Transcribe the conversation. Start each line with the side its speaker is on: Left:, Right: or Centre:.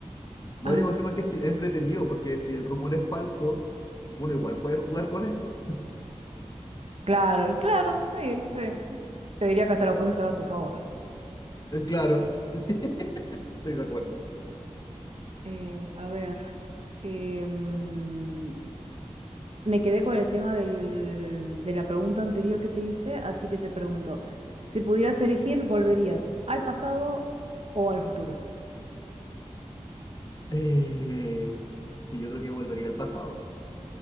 Left: No,
Right: A
Left: yo
Right: ver,
Left: me imagino que es chi- entretenido porque si el rumor es falso, uno igual puede jugar con eso.
Right: Claro, claro, sí, sí. Te diría que hasta lo puedes usar a tu favor.
Left: Eh, Claro, <laughs> sí, estoy de acuerdo.
Right: Eh, a ver, em, me quedé con el tema del- de la pregunta anterior que te hice, así que te pregunto, si pudieras elegir, ¿volverías al pasado o al futuro?
Left: Eh, sí, yo creo que volvería al pasado.